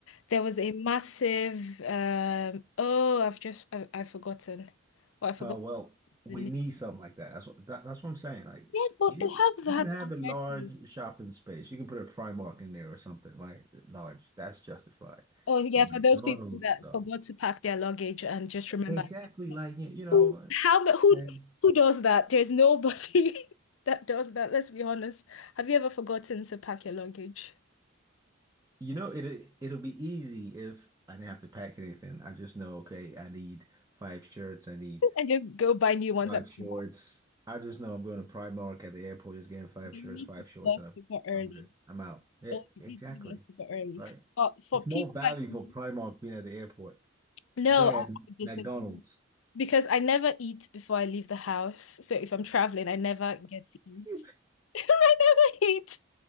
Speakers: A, on the left; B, on the right.
A: There was a massive um oh, I've just I, I've forgotten. Well, I forgot
B: Uh, well, we
A: the name.
B: need something like that. That's what that, that's what I'm saying. Like
A: Yes, but
B: you
A: they have that
B: you can have
A: already.
B: a large shopping space. You can put a Primark in there or something, right? Large. That's justified.
A: Oh yeah,
B: But
A: for
B: McDonald's
A: those people that
B: though.
A: forgot to pack their luggage and just remember.
B: Exactly. Like you, you know,
A: Who- How ma- who
B: and
A: who does that? There's nobody <laughs> that does that. Let's be honest. Have you ever forgotten to pack your luggage
B: you know it it'll be easy if I didn't have to pack anything. I just know, okay, I need five shirts, I need
A: and just go buy new ones
B: Five
A: at
B: shorts.
A: Primark?
B: I just know I'm going to Primark at the airport, just getting five
A: Then
B: shirts,
A: You need
B: five
A: to be
B: shorts,
A: there
B: and
A: super
B: I'm
A: early.
B: I'm good. I'm out. Yeah,
A: Oh, you
B: exactly.
A: need to be there super early.
B: Right.
A: But for
B: It's
A: people
B: more value
A: like me,
B: for Primark being at the airport
A: no,
B: than
A: I, I disagree
B: McDonald's.
A: because I never eat before I leave the house. So if I'm traveling, I never get to eat.
B: It
A: <laughs> I never eat.